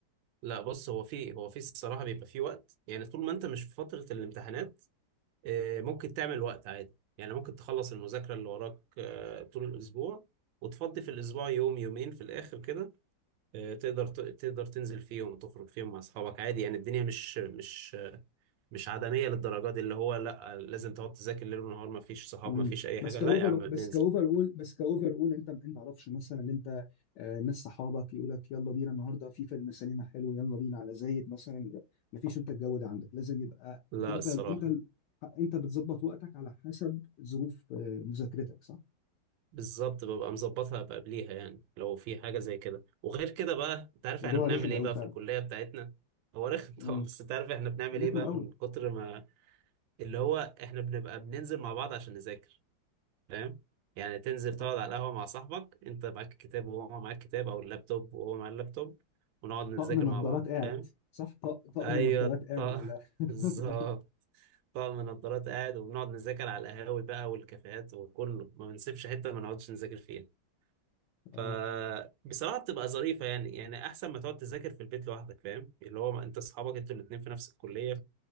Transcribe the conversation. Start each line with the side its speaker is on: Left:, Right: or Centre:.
Right: لا بص هو في هو في الصراحة بيبقى في وقت يعني طول ما انت مش في فترة الامتحانات آه، ممكن تعمل وقت عادي يعني ممكن تخلص المذاكرة اللي وراك آه، طول الاسبوع وتفضي في الاسبوع يوم يومين في الاخر كده آه، تقدر ت- تقدر تنزل فيهم تخرج فيهم مع اصحابك عادي يعني الدنيا مش مش مش عدمية للدرجة دي اللي هو لا لازم تقعد تذاكر ليل ونهار ما فيش صحاب
Left: مم.
Right: ما فيش اي
Left: بس
Right: حاجة
Left: كاوفر
Right: لا يا عم بننزل
Left: بس كاوفر اول بس كاوفر اول انت انت ما تعرفش مثلا ان انت آه، ناس صحابك يقول لك يلا بينا النهارده في فيلم سينما حلو يلا بينا على زايد مثلا ما فيش انت الجو ده عندك لازم يبقى
Right: لا
Left: انت
Right: الصراحة
Left: انت انت بتظبط وقتك على حسب ظروف آه، مذاكرتك صح؟
Right: بالظبط ببقى مظبطها بقى قبليها يعني لو في حاجة زي كده وغير كده بقى انت عارف
Left: بس موضوع
Right: احنا بنعمل
Left: رخم
Right: ايه
Left: قوي
Right: بقى
Left: فعلا
Right: في الكلية بتاعتنا هو رخم
Left: امم
Right: <laughs> طبعا بس انت عارف احنا بنعمل ايه
Left: رخم
Right: بقى
Left: قوي
Right: من كتر ما اللي هو احنا بنبقى بننزل مع بعض عشان نذاكر فاهم يعني تنزل تقعد
Left: اه
Right: على القهوة مع صاحبك انت معاك الكتاب وهو معاك الكتاب او اللابتوب وهو معاه اللابتوب ونقعد نذاكر
Left: طقم نظارات
Right: مع بعض
Left: قاعد
Right: فاهم
Left: صح طق- طقم
Right: ايوه
Left: نظارات قاعد
Right: طق
Left: على الاخر
Right: <laughs>
Left: <laughs>
Right: بالظبط طقم نظارات قاعد وبنقعد نذاكر على القهاوي بقى والكافيهات وكله ما بنسيبش حتة ما نقعدش نذاكر فيها
Left: اه
Right: فبصراحة بتبقى ظريفة يعني يعني أحسن ما تقعد تذاكر في البيت لوحدك فاهم اللي هو ما أنت أصحابك أنتوا الاتنين في نفس الكلية